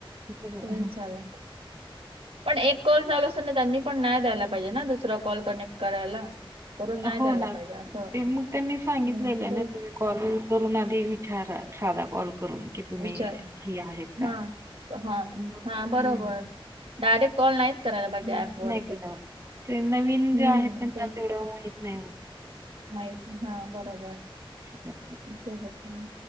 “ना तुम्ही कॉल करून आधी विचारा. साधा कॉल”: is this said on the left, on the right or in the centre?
Right